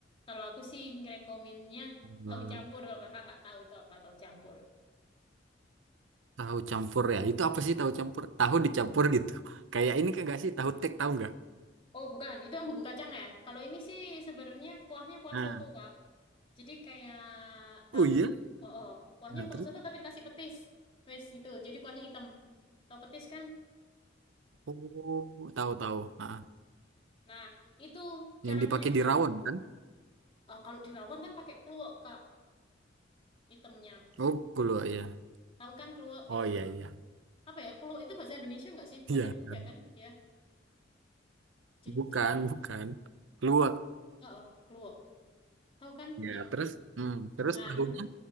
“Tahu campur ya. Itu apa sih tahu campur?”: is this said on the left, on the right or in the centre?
Right